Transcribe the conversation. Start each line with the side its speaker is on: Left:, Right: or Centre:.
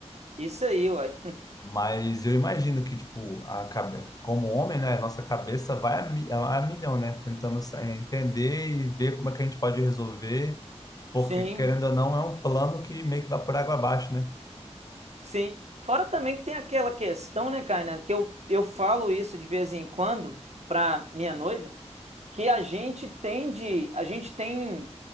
Right: Isso aí, uai.
Left: mas eu imagino que, tipo, a cabe... como homem, né? a Nossa cabeça vai a, mi- a a milhão, né? Tentando sa- é, entender e ver como é que a gente pode resolver, porque
Right: Sim,
Left: querendo ou não, é um plano que meio que vai por água abaixo, né?
Right: sim. Fora também que tem aquela questão, né, Kainan, que eu, eu falo isso de vez em quando pra minha noiva, que a gente tende, a gente tem